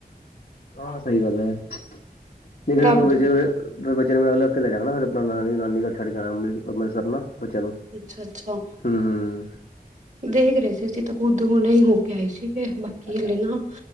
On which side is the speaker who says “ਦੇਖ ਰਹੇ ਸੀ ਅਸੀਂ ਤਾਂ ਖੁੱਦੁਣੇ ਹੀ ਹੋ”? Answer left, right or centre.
Right